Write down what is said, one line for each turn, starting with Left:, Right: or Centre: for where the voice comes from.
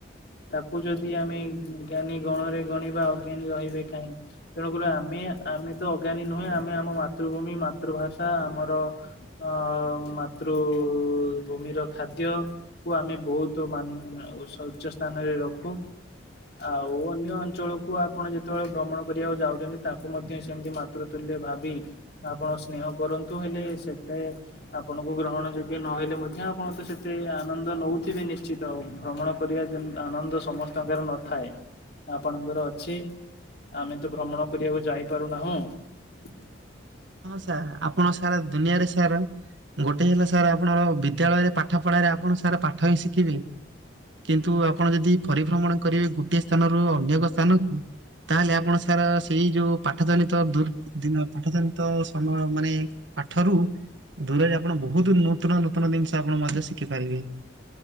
Left: ତାକୁ ଯଦି ଆମେ ଜ୍ଞାନୀ ଗଣରେ ଗଣିବା ଅଜ୍ଞାନୀ ରହିବେ କାହିଁ। ତେଣୁକରି ଆମେ ଆମେ ତ ଅଜ୍ଞାନୀ ନୁହେଁ। ଆମେ ଆମ ମାତୃଭୂମି ମାତୃଭାଷା ଆମର ଆ ମାତୃଭୂମିର ଖାଦ୍ୟ କୁ ଆମେ ବୋହୁତ ମାନୁ ସ୍ୱଚ୍ଚ ସ୍ଥାନରେ ରଖୁ। ଆଉ ଅନ୍ୟ ଅଞ୍ଚଳକୁ ଆପଣ ଯେତେବେଳେ ଭ୍ରମଣ କରିବାକୁ ଯାଉଚନ୍ତି। ତାଙ୍କୁ ମଧ୍ୟ ସେମିତି ମାତୃ ତୃଲ୍ୟ ଭାବି ଆପଣ ସ୍ନେହ କରନ୍ତୁ ହେଲେ ସେତେ ଆପଣଙ୍କୁ ଗ୍ରହଣ ଯୋଗ୍ୟ ନହେଲେ ମଧ୍ୟ ଆପଣ ତ ସେତେ ଆନନ୍ଦ ନୋଉଥିବେ ନିଶ୍ଚିତ। ଭ୍ରମଣ କରିବା ଯେ ଆନନ୍ଦ ସମସ୍ତଙ୍କର ନଥାଏ ଆପଣଙ୍କର ଅଛି। ଆମେତ ଭ୍ରମଣ କରିବାକୁ ଯାଇପାରୁନାହୁଁ।
Right: ହଁ ସାର୍ ଆପଣ ସାରା ଦୁନିଆରେ ସାର୍ ଗୋଟେ ହେଲା ସାର୍ ଆପଣର ବିଦ୍ୟାଳୟରେ ପାଠ ପଢାରେ ଆପଣ ସାର୍ ପାଠ ହିଁ ଶିଖିବେ। କିନ୍ତୁ ଆପଣ ଯଦି ପରିଭ୍ରମଣ କରିବେ ଗୋଟିଏ ସ୍ଥାନରୁ ଅନ୍ୟ ଏକ ସ୍ଥାନକୁ ତାହେଲେ ଆପଣ ସାର୍ ସେଇ ଯୋଉ ପାଠ ଜନିତ ଦୁର୍ ଦିନ ପାଠ ଜନିତ ସମୟ ମାନେ ପାଠରୁ ଦୂରରେ ଆପଣ ବୋହୁତ ନୂତନ ନୂତନ ଜିନିଷ ଆପଣ ମଧ୍ୟ ଶିଖିପାରିବେ।